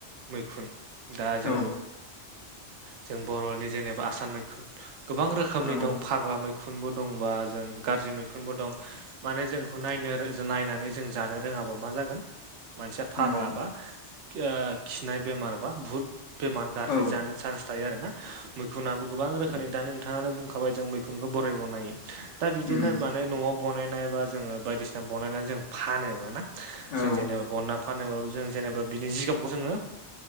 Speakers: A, on the right; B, on the left.
A: मैखुन दा
B: ओ
A: जों
B: औ
A: जों बर'नि जेनेबा आसान मैखुन गोबां रोखोमनि
B: औ ओ
A: दं फाग्ला मै मैखुनबो दंबा जों गाज्रि मैखुनबो दं। माने जोंखौ नायनो नायनानै जों जानो रोङाबा मा जागोन मानसिया फाग्लाबा
B: उम
A: ओ खिनाय बेमार बा बुहुत बेमार गाज्रि
B: औ ओ
A: जानो चान्स थायो आरोना मैखुनाबो गोबां रोखोमनि दा नोंथाङा बुंखाबाय जों मैखुनखौ बरायबावनोनायो। दा बिदिनो
B: उम
A: माने न'आव बानायनाय बा जोङो बायदिसिना बनायनानै जों फानोबा ना।
B: औ
A: जों जेनेबा बनना फानोबाबो जों जेनेबा बिनि जिगाबखौ जोङो